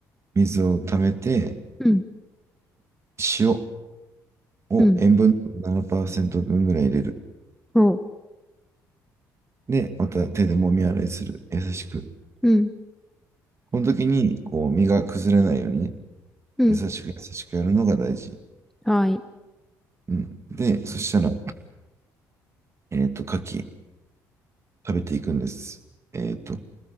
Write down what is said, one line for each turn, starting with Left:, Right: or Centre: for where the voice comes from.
Right: 水を溜めて、
Centre: うん、
Right: 塩。を塩分7%
Centre: うん。
Right: 分ぐらい入れる。
Centre: おう、
Right: で、また手で揉み洗いする。優しく。
Centre: うん、
Right: この時に、こう、身が崩れないようにね、
Centre: うん。
Right: 優しく優しくやるのが大事。
Centre: はい。
Right: うん。で、そしたら、えっと、牡蠣食べていくんです。えっと、